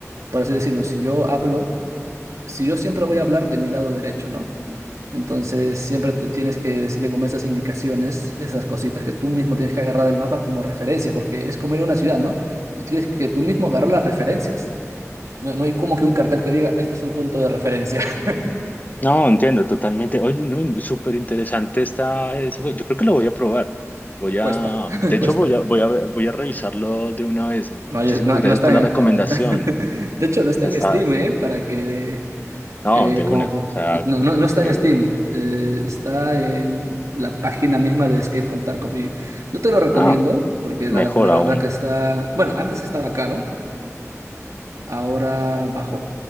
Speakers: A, on the right (about 70°); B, on the left (about 30°).
A: Por así decirlo, si yo hablo, si yo siempre voy a hablar de mi lado derecho, ¿no? Entonces, siempre te- tienes que decirle como esas indicaciones, esas cositas que tú mismo tienes que agarrar del mapa como referencia, porque es como ir a una ciudad, ¿no? Tú tienes que tú mismo agarrar las referencias. No, no hay como que un cartel que diga, este es un punto de referencia. <laughs>
B: No, entiendo totalmente. Oye, no, súper interesante está eso. Yo creo que lo voy a probar. Voy
A: Cuesta,
B: a, de
A: <laughs> cuesta.
B: hecho, voy a, voy a, ver- voy a revisarlo de una vez. Muchísimas
A: No, hay- no,
B: gracias
A: no está
B: por la recomendación.
A: en, no- <laughs> de hecho, no está
B: Ya
A: en
B: está,
A: Steam, ¿eh? Para que...
B: no,
A: eh,
B: de una.
A: como, pa-
B: O sea,
A: no, no, no está
B: creo,
A: en Steam. eh, está en la página misma de Escape from Tarkov. y no te lo recomiendo
B: ah,
A: porque
B: mejor
A: la, la
B: aún.
A: verdad que está... Bueno, antes estaba caro. Ahora bajó.